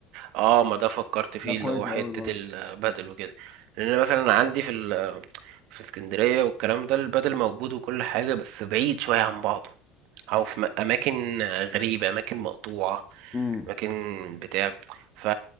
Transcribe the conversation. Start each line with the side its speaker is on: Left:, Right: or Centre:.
Right: اه ما ده فكرت فيه
Left: ده كويس
Right: اللي هو حته
Left: قوي برضه
Right: البدل وكده لان مثلا عندي في ال... في اسكندريه والكلام ده البدل موجود وكل حاجه بس بعيد شويه عن بعضه او في م- اماكن غريبه اماكن مقطوعه
Left: امم
Right: اماكن بتاع ف